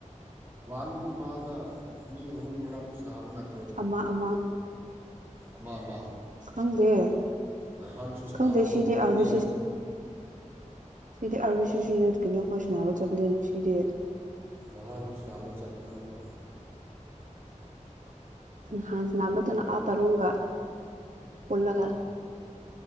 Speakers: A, on the right; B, on the right.
A: ꯟ ꯑꯃꯗ ꯑꯅꯤ ꯑꯍꯨꯝ ꯃꯔꯛ ꯁꯕ ꯅ
B: ꯑꯃ ꯑꯃ
A: ꯑꯃ ꯑꯃ
B: ꯈꯪꯗꯦ
A: ꯅꯍꯥꯟꯁꯨ ꯁꯅꯥ
B: ꯈꯪꯗꯦ
A: ꯑꯍꯨꯝ
B: ꯁꯤꯗꯤ ꯑꯔꯕꯤ
A: ꯑꯅꯤꯔ
B: ꯁꯤꯗꯤ ꯑꯔꯕꯤ ꯁꯤꯦꯁꯔꯤ ꯅꯦ ꯈꯣꯏꯁꯅꯥꯅꯕ ꯆꯠꯄꯗꯤ ꯅꯨꯡꯁꯤꯗꯤꯦ
A: ꯅꯍꯥꯟꯁꯨꯁ ꯅꯥꯕ ꯆꯠꯄ ꯅꯠꯇ꯭ꯔꯣ
B: ꯎꯝꯍꯥꯟꯁꯤ ꯑꯃꯗꯨꯅ ꯑꯥ ꯇꯔꯨꯨꯝꯒ ꯄꯨꯜꯂꯒꯥ